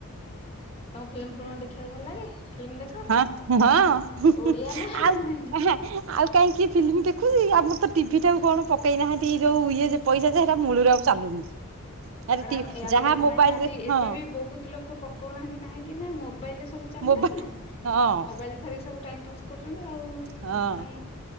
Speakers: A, on the left (about 25°); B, on the right (about 60°).
A: ତମକୁ ଫିଲ୍ମ ଫ୍ଲୁମା ଦେଖିବାକୁ ଭଲ ଲାଗେ ଫିଲ୍ମ ଦେଖ?
B: ହଁ ହଁ
A: ଓଡ଼ିଆ ନା ହାଁ
B: ଆଉ ଆଉ କାହିଁକି ଫିଲ୍ମ ଦେଖୁଛି ଆମର ତ ଟିଭିଟାକୁ କଣ ପକେଇନାହାନ୍ତି ଏଇ ଯୋଉ ଇଏ ଯେ ପଇସା ଯେ ହେରା ମୂଳରୁ ଆଉ ଚାଲୁନି। ଆରେ
A: ଆଡ଼ା ଆ ଆଜିକାଲି
B: ଯାହା ମୋବାଇଲ
A: ନାଇଁ ଆଜି
B: ରେ
A: ଏବେ
B: ହଁ
A: ବି ବହୁତ ଲୋକ ପକାଉନାହାନ୍ତି କାହିଁକି ନା ମୋବାଇଲରେ ସବୁ ଚାଲିଲାଣିନା
B: ମୋବାଇଲ ହଁ
A: ମୋବାଇଲ ଧରିକି ସବୁ ଟାଇମ୍ ପାସ୍ କରୁଛନ୍ତି ଆଉ
B: ହଁ
A: କାଇଁ